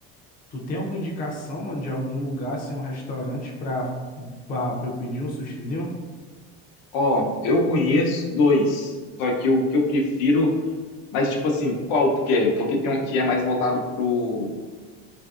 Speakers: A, on the left; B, on the left.
A: Tu tem alguma indicação, mano, de algum lugar, assim, um restaurante pra, pra, pra eu pedir um sushizinho?
B: Ó, eu conheço dois. Só que o que eu prefiro. Mas, tipo assim, qual tu quer? Porque tem um que é mais voltado pro